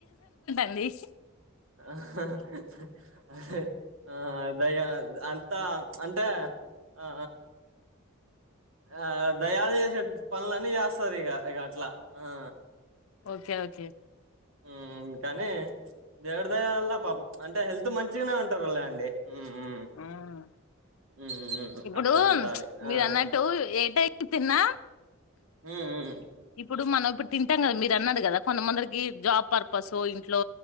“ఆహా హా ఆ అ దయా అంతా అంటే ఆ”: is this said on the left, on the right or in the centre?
Right